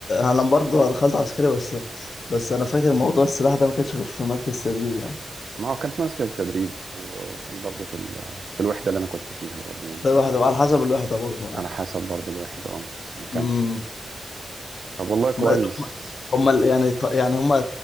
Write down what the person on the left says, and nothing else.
انا برضه دخلت عسكري بس بس انا فاكر موضوع السلاح ده ما كانش غير في مركز تدريب يعني
ده
الواحد
على حسب الوحده برضه يعني
امم
ما- هم ال- يعني ط- يعني هم